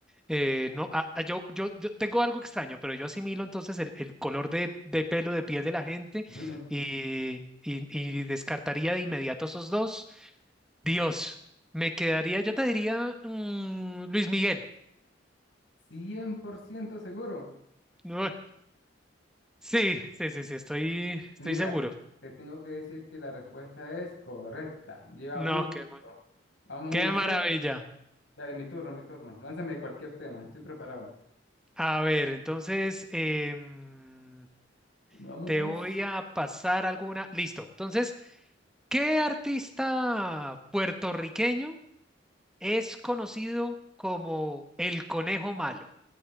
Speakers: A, in the centre; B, on the left.
A: eh, no, a- a- yo, yo, yo tengo algo extraño, pero yo asimilo entonces el, el color de, de pelo, de piel de la gente
B: <laughs>
A: y, y, y descartaría de inmediato esos dos. Dios, me quedaría, yo te diría mm, Luis Miguel. <laughs>
B: 100% seguro.
A: No, sí, sí, sí, sí, estoy, estoy
B: Mira,
A: seguro.
B: te tengo que decir que la respuesta es correcta. Llevas
A: No,
B: un punto.
A: qué, ma-
B: Vamos
A: qué
B: uno a
A: maravilla.
B: cero. Dale, mi turno, mi turno. Lánzame cualquier tema. Estoy preparado.
A: A ver, entonces em,
B: Vamos.
A: te voy a pasar alguna. Listo. Entonces, ¿qué artista puertorriqueño es conocido como el conejo malo?